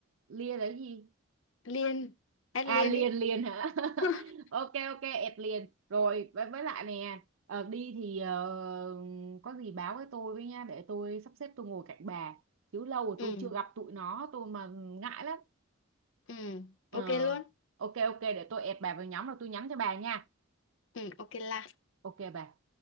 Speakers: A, on the right; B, on the left.
A: lia là cái gì
B: liền add
A: à
B: liền
A: liền
B: đi
A: liền hả <laughs>
B: <laughs>
A: ok ok ẹt liền rồi với, với lại nè ờ, đi thì ờ, có gì báo với tôi với nha để tôi sắp xếp tôi ngồi cạnh bà chứ lâu rồi
B: ừ
A: tôi chưa gặp tụi nó tôi mà ngại lắm
B: ừ
A: ờ
B: ok luôn
A: ok ok để tôi ẹt bà vào nhóm rồi tôi nhắn cho bà nha
B: ừ ok là
A: ok bà